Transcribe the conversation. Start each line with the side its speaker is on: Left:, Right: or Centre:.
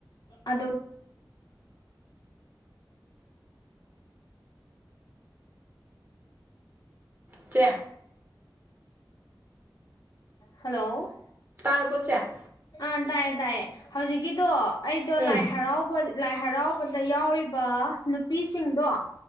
Left: ꯑꯗꯨ
Right: ꯆꯦ
Left: ꯍꯜꯂꯣ!
Right: ꯇꯥꯔ꯭ꯕꯣ ꯆꯦ?
Left: ꯑ ꯇꯥꯏꯌꯦ- ꯇꯥꯏꯌꯦ ꯍꯧꯖꯤꯛꯀꯤꯗꯣ ꯑꯩꯗꯣ
Right: ꯎꯝ
Left: ꯂꯥꯏ ꯍꯔꯥꯎꯕ ꯂꯥꯏ ꯍꯔꯥꯎꯕꯗ ꯌꯥꯎꯔꯤꯕ ꯅꯨ ꯄꯤꯁꯤꯡꯗꯣ